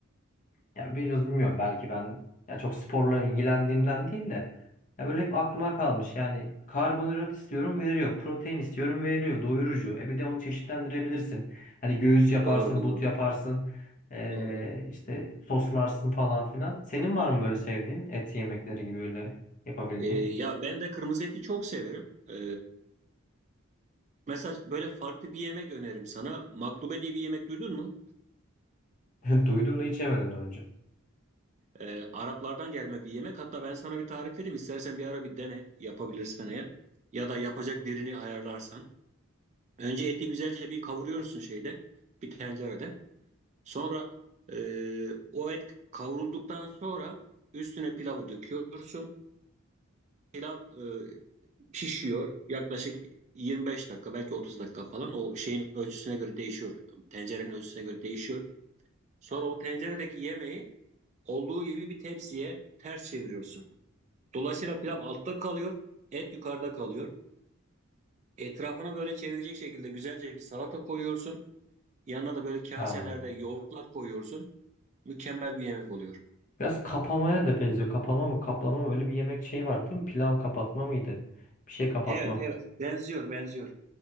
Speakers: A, on the left (about 40°); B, on the right (about 35°).
A: Ya biraz bilmiyorum belki ben ya çok sporla ilgilendiğimden değil de ya böyle hep aklıma kalmış. Yani karbonhidrat istiyorum veriyor, protein istiyorum veriyor, doyurucu. E bir de onu çeşitlendirebilirsin. Hani göğüs yaparsın,
B: <laughs> Doğru doğru.
A: but yaparsın, ee,
B: Doğru.
A: işte soslarsın falan filan. Senin var mı böyle sevdiğin et yemekleri gibi böyle yapabildiğin?
B: Ee, ya ben de kırmızı eti çok severim. Ee, mesela böyle farklı bir yemek öneririm sana. Maklube diye bir yemek duydun mu?
A: <laughs> Duydum da hiç yemedim daha önce.
B: Ee, Araplardan gelme bir yemek. Hatta ben sana bir tarif vereyim. İstersen bir ara bir dene yapabilirsen eğer. Ya da yapacak birini ayarlarsan. Önce eti güzelce bir kavuruyorsun şeyde. Bir tencerede. Sonra e, o et kavrulduktan sonra üstüne pilavı döküyorsun. Pilav e, pişiyor. Yaklaşık 25 dakika belki 30 dakika falan. O şeyin ölçüsüne göre değişiyor. Tencerenin ölçüsüne göre değişiyor. Sonra o tenceredeki yemeği olduğu gibi bir tepsiye ters çeviriyorsun. Dolayısıyla pilav altta kalıyor, et yukarıda kalıyor. Etrafını böyle çevirecek şekilde güzelce bir salata koyuyorsun. Yanına da böyle kaselerde
A: Ha.
B: yoğurtlar koyuyorsun. Mükemmel bir yemek oluyor.
A: Biraz kapamaya da benziyor. Kapama mı, kaplama mı? Öyle bir yemek şey var değil mi? Pilav kapatma mıydı? Bir şey kapatma.
B: Evet, evet. Benziyor, benziyor.